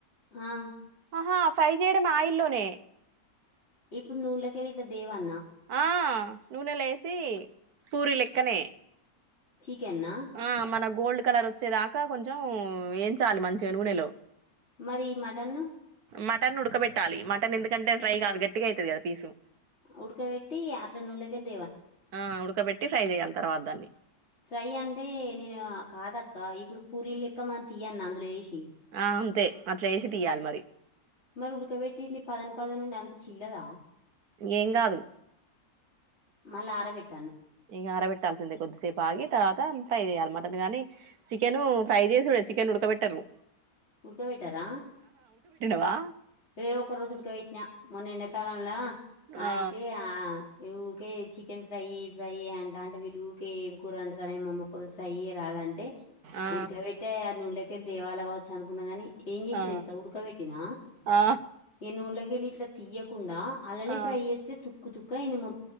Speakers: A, on the left; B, on the right.
A: ఆ
B: ఆహా ఫ్రై చేయడం ఆయిల్ మే
A: ఇప్పుడు నూన్లకెళ్ళి ఇట్ల దేవా
B: ఆ నూనె లేసి పూరి లెక్కనే
A: చికెన్నా
B: ఆ మన గోల్డ్ కలర్ వచ్చేదాకా కొంచం ఉమ్ ఏంచాలి మంచిగ నూనెలో
A: మరి మటన్
B: మటన్ ఉడకబెట్టాలి మటన్ ఎందిక్ కంటే ఫ్రై కాదు గట్టిగైతది కదా పీసు
A: ఉడకబెట్టి అట్లా నూన్లకెళ్
B: ఆ ఉడకబెట్టి ఫ్రై చేయ్యాలి తర్వాత దాన్ని
A: ఫ్రై అంటే నేను కాదక్క ఇప్పుడు పూరీలెక్క మనం తీయ్యన్న అందులో ఎసి
B: ఆ అంతే అట్లేశి తీయ్యలి మరి
A: మరి ఉడకబెట్టిందిీ పదన్ పదనుండి అంత చిల్లదా
B: ఏం గాదు
A: మళ్ళ అర పెట్
B: ఇగా ఆరబెట్టాల్సిందే కొద్దిసేపు ఆగి తర్వాత ఫ్రై చేయాలి మ పద్దు గాని చికెను ఫ్రై చేసుడే చికెన్ ఉడకబెట్టరు
A: ఉడుకపెట్టారా
B: వా
A: ఏ ఒక్క రోజు ఉడికపెట్టిన మొన్నెండాకాలంల
B: ఆ
A: అయితే ఆ ఇ ఉ కేజీ చికెన్ ఫ్రై ఫ్రై అంటంటే వీళ్లుకే ఎం కూర అండుతరేమ్మమ్మి ఒక్క రోజ్ ఫ్రై రాదంటే
B: ఆ
A: ఉడకబెట్టే ఆ నూనెలకెళ్ళి దేవాల కావచ్చు అనుకున్నా గాని ఏం చేసినా
B: ఆ
A: తెలుసా ఉడకబెట్టినా
B: ఆ
A: ఎ నూనెల కెళ్ళి ఇట్ల తీయ్యకుండా అల్లనే
B: ఆ
A: ఫ్రై చేత్తే తుక్కు తుక్క అయ్యింది మొ